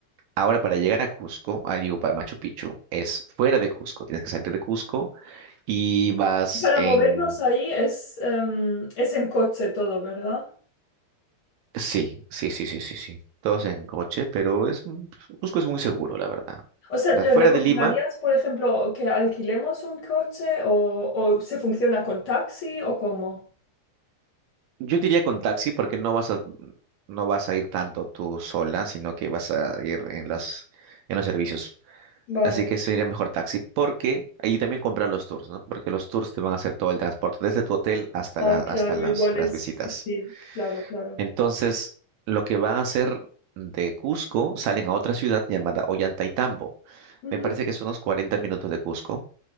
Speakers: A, on the right (about 75°); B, on the left (about 55°).
A: ahora para llegar a Cusco, ah, digo para Machu Picchu, es fuera de Cusco, tienes que salir de Cusco y vas
B: Para
A: en
B: movernos ahí es, em, es en coche todo, ¿verdad?
A: Sí, sí, sí, sí, sí, sí. Todos en coche, pero es un- Cusco es muy seguro, la verdad.
B: O sea,
A: La-
B: ¿te
A: Fuera
B: ¿recomendarías,
A: de Lima,
B: por ejemplo, que alquilemos un coche o, o se funciona con taxi o cómo?
A: yo diría con taxi, porque no vas a, no vas a ir tanto tú sola, sino que vas a ir en las, en los servicios.
B: Vale.
A: Así que sería mejor taxi, porque ahí también comprar los tours, ¿no? Porque los tours te van a hacer todo el transporte, desde tu hotel hasta
B: Ah,
A: la, hasta
B: claro,
A: las,
B: igual
A: las
B: es,
A: visitas.
B: sí, sí, claro, claro.
A: Entonces, lo que van a hacer de Cusco, salen a otra ciudad llamada Ollantaytambo.
B: Ujú.
A: Me parece que son unos 40 minutos de Cusco